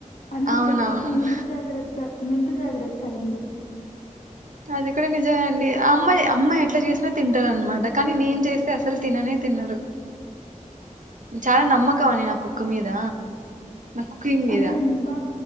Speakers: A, on the left (about 80°); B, on the right (about 70°).
A: అందుకని
B: అవునవును
A: చేప్పి ముందు జాగ్రత్త ముందు జాగ్రత్త అండి
B: అది కూడా నిజమే అండి ఆ అమ్మా అమ్మా ఎట్లా చేసినా తింటారు అనమాట కానీ నేను చేస్తే అసలు తిననే తిన్నరు చాలా నమ్మకం అని నాకు ముక్కుమీద నా కుకింగ్ మీద
A: అదే అండి బా